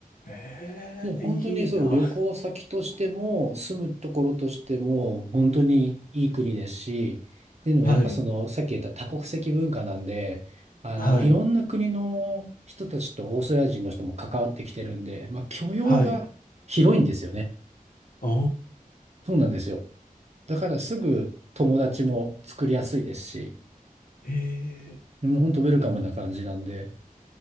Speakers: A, on the left (about 75°); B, on the right (about 50°).
A: ええ、
B: もう本当にそう、
A: いいな。
B: 旅行先としても、住むところとしても、本当にいい国ですし、っていうのはやっぱその、
A: はい。
B: さっき言った多国籍文化なんで、あの、
A: はい。
B: いろんな国の人たちとオーストラリア人の人も関わってきてるんで、まあ許容が広いんですよね。
A: はい。ああ、
B: そうなんですよ。だからすぐ友達も作りやすいですし、
A: へえ。い
B: もう本当ウェルカムな感じなんで、
A: や、な、